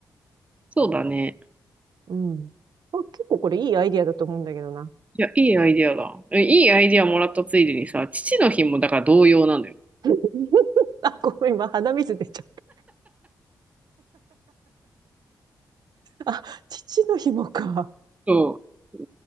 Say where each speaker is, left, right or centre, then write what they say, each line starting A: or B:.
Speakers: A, on the right; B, on the right.
A: そうだね。
B: うん。あ、結構これいいアイディアだと思うんだけどな。
A: いや、いいアイディアだ。えいいアイディアもらったついでにさ、父の日もだから同様なのよ。
B: <laughs> あ、ごめん、今鼻水出ちゃった。あ、父の日もか。
A: そう。